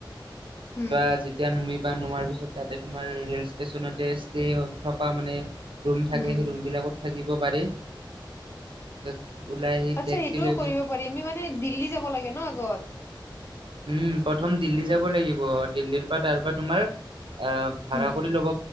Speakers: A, on the left; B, on the right.
A: উম
B: <unintelligible> যেতিয়া নোমিবা নোমাৰ পাছত তাতে তোমাৰ ৰেল ষ্টেচনতে ষ্টে <unintelligible> থকা মানে ৰুম থাকে,
A: উম
B: সেই ৰুম বিলাকত থাকিব পাৰি। তাৰপিছত ওলাই আহি
A: আচছা,
B: টেক্সি
A: এইটোও
B: লৈ
A: কৰিব
B: কিনে
A: পাৰি আমি মানে দিল্লী যাব লাগে ন' আগত।
B: উম, প্ৰথম দিল্লী যাব লাগিব, দিল্লীৰ পা তাৰপা তোমাৰ অ', ভাড়া
A: উম
B: কৰি ল'ব